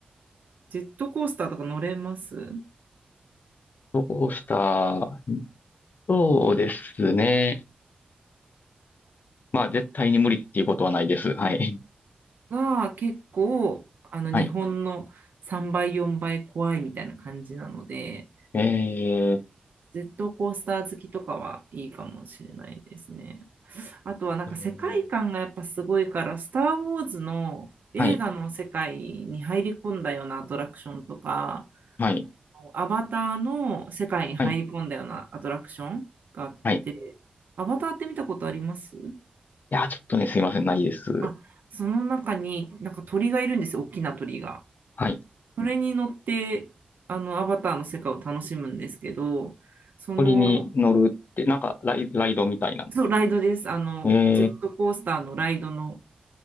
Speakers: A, on the right; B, on the left.
A: ジェットコースターとか乗れます
B: そうした、そうですね。まあ、絶対に無理っていうことはないです。はい。
A: が、結構、あの、日本の3倍、
B: はい。
A: 4倍怖いみたいな感じなので、
B: え
A: ジェットコースター好きとかはいいかもしれないですね。あとはなんか世界観がやっぱすごいから、
B: ーえー
A: スター・ウォーズの映画の世界に入り込んだようなアトラクションとか、
B: はい。はい。
A: アバターの世界に入り込んだようなアトラクションがあって、
B: はい。はい。
A: アバターって見たことあります
B: いやー、ちょっとね、すいません、ないです。
A: あ、その中になんか鳥がいるんですよ、大きな鳥が。
B: はい。
A: それに乗って、あの、アバターの世界を楽しむんですけど、その、
B: 鳥に乗るって、なんかライ、ライドみたいな。
A: そう、ライドです。あの、
B: えー、
A: ジェットコースターのライドの